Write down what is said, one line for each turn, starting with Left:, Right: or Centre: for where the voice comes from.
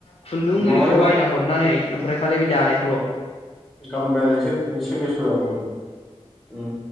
Left: खुन्दुं
Centre: माबाजों
Left: ओरिखौ बायना हरनानै ओमफ्राय खालि बि दानाय
Centre: गाबोन रायज्लायनोसै एसे बेस्थ जाबाय उम ओम